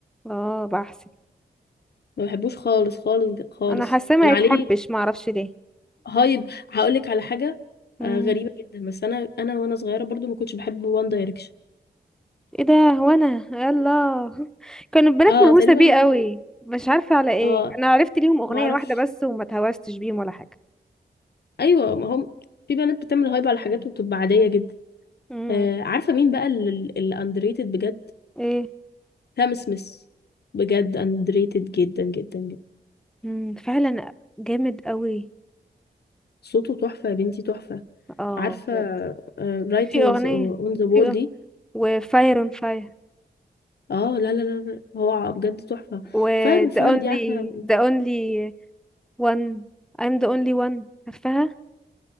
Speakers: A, in the centre; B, on the left.
A: اه بحسب
B: ما بحبوش خالص خالص خالص
A: انا حاسه ما
B: كان عليه
A: يتحبش ما اعرفش ليه
B: هايب هقولك على حاجة
A: مم.
B: آه غريبة جدا بس انا انا وانا صغيرة برضو ما كنتش بحب وان دايركشن
A: ايه ده هو انا يلا كان البنات
B: اه
A: مهووسه
B: تقريبا
A: بيه قوي مش عارفه على ايه
B: اه
A: انا عرفت ليهم اغنيه
B: ما اعرفش
A: واحده بس وما اتهوستش بيهم ولا حاجه
B: ايوه ما هم في بنات بتعمل هايب على حاجات وبتبقى عادية جدا
A: امم
B: آه عارفة مين بقى اللي اندريتد بجد
A: ايه
B: سام سميث بجد اندريتد جدا جدا جدا
A: امم فعلا جامد قوي
B: صوته تحفة يا بنتي تحفة
A: اه
B: عارفة
A: بجد.
B: رايتنجز
A: في اغنيه
B: اون ذا
A: في
B: وول دي
A: أغ- وفاير اون فاير
B: اه لا لا لا لا، هو بجد تحفة
A: و
B: فاير وفاير
A: the only
B: دي عارفة
A: the only one I'm the only one عارفاها